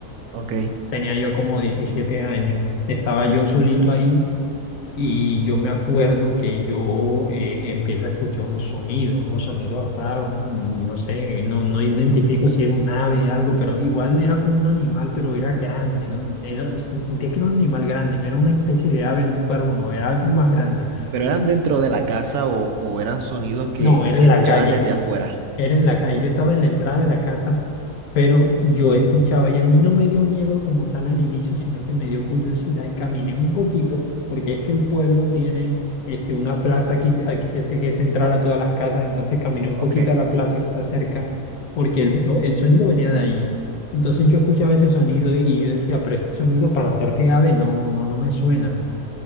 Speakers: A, on the right (about 75°); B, on the left (about 70°).
A: ok.
B: Tenía yo como 17 años, estaba yo solito ahí y yo me acuerdo que yo eh, empiezo a escuchar unos sonidos, unos sonidos raros, mm, no sé, no, no identifico si era un ave, algo, pero igual era como un animal, pero era grande, ¿no? Era, se- sentía que era un animal grande, no era una especie de ave ni un cuervo, no, era algo más grande.
A: ¿Pero eran dentro de la casa o, o eran sonidos que,
B: No, era
A: que
B: en
A: escuchabas
B: la calle
A: desde afuera?
B: Era en la calle, yo estaba en la entrada de la casa, pero yo escuchaba y a mí no me dio miedo como tal al inicio, sino que me dio curiosidad y caminé un poquito, porque es que el pueblo tiene este, una plaza aquí, aquí que este, que es central a todas las casas, entonces caminé
A: Ok.
B: un poquito a la plaza que está cerca, porque el, el sonido venía de ahí. Entonces yo escuchaba ese sonido y yo decía, pero este sonido para hacerte ave no, no, no me suena,